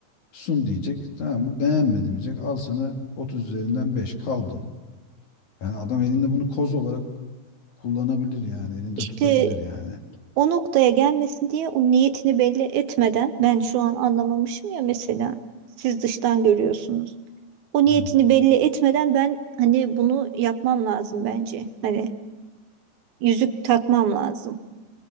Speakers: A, on the left; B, on the right.
A: sun diyecek. Tamam mı? Beğenmedim diyecek. Al sana 30 üzerinden beş kaldın. Yani adam elinde bunu koz olarak kullanabilir yani. Elinde
B: işte
A: tutabilir yani.
B: o noktaya gelmesin diye o niyetini belli etmeden ben şu an anlamamışım ya mesela siz dıştan görüyorsunuz. O niyetini
A: Hı.
B: belli etmeden ben hani bunu yapmam lazım bence. Hani yüzük takmam lazım.